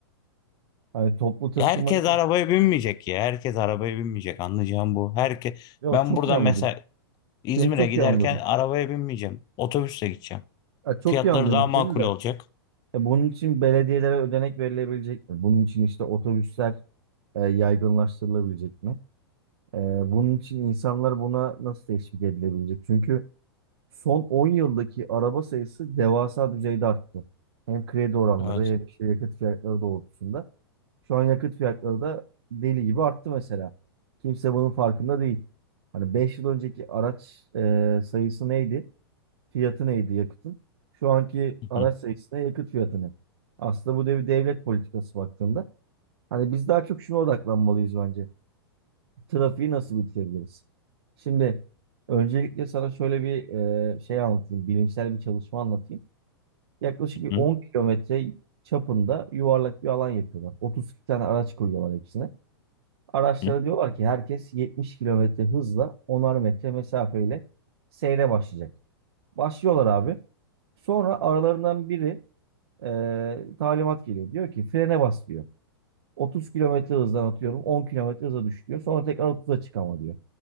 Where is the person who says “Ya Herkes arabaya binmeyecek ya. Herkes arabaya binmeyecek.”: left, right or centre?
Left